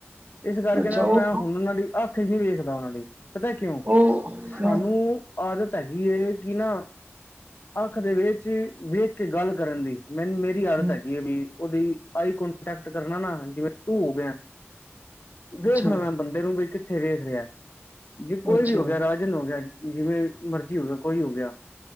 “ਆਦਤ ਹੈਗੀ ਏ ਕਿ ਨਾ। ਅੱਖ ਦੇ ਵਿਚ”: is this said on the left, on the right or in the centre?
Left